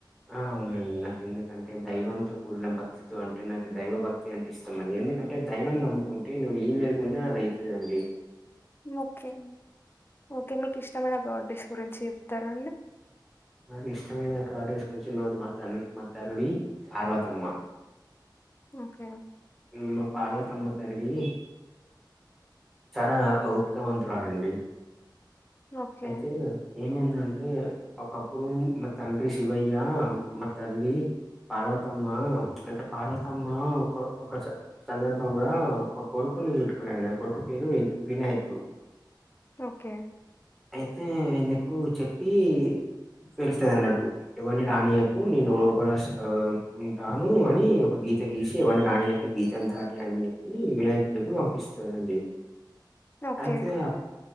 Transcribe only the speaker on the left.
ఓకే ఓకే మీకు ఇష్టమైన గాడ్డెస్ గురించి చెప్తారా అండి
ఓకే.
ఓకే.
ఓకే
ఓకే